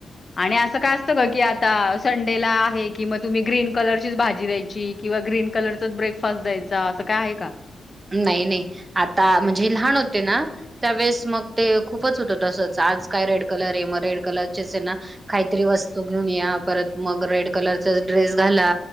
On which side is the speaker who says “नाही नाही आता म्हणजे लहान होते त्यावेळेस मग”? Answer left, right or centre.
Right